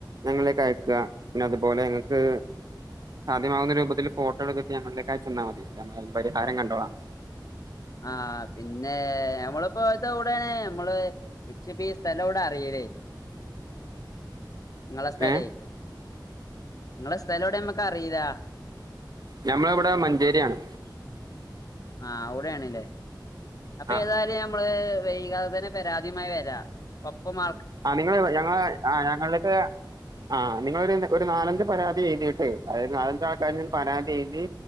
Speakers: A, on the right; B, on the left.
A: ഞങ്ങളെക്ക് അയക്കാ പിന്നെ അതുപോലെ ഞങ്ങക്ക് സാധ്യമാവുന്ന രൂപത്തിൽ ഫോട്ടോ എടുത്തിട്ട് ഞങ്ങളിലേക്ക് അയച്ചെന്നാ മതി നമ്മള് പരിഹാരം കണ്ടോളാം
B: ആഹ് പിന്നെ ഞമ്മളിപ്പോ ഇതെവിടെയാണ് നമ്മള് ഇച്ച് പ്പീ സ്ഥലയെടെ അറീലേ ഇങ്ങളെ സ്ഥലേ
A: ഏ
B: ഇങ്ങളെ സ്ഥലെവിടെ നമ്മക്കറില്ലാ
A: ഞമ്മളിവിടെ മഞ്ചേരിയാണ്
B: ആഹ് അവിടെയാണല്ലേ അപ്പൊ
A: ആ
B: ഏതായാലും നമ്മള് വൈകാതെ തന്നെ പരാതിയുമായി വരാം ഒപ്പം മ
A: ആഹ് നിങ്ങള് ഞങ്ങള് ആഹ് ഞങ്ങൾക്ക് ആഹ് നിങ്ങളെരു ഒരുനാലഞ്ച്പരാതി എഴുതിട്ട് അതായത് നാലഞ്ചാൾക്കാര് പരാതി എഴുതി